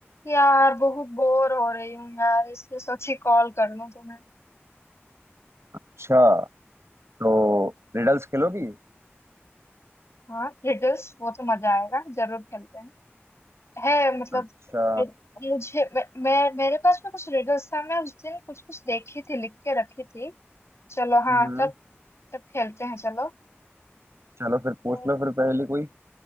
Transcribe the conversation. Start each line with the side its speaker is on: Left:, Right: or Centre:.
Left: यार बहुत बोर हो रही हूँ यार इसलिए सोची कॉल कर लूँ तुम्हें
Right: अच्छा तो रिडल्स खेलोगी
Left: हाँ रिडल्स वो तो मजा आएगा जरूर खेलते हैं है मतलब
Right: अच्छा
Left: मुझे मैं, मैं मेरे पास में कुछ रिडल्स था मैं उस दिन कुछ कुछ देखी थी लिख के रखी थी चलो
Right: हम्म
Left: हाँ तब तब खेलते हैं चलो
Right: चलो फिर पूछ
Left: तो,
Right: लो फिर पहली कोई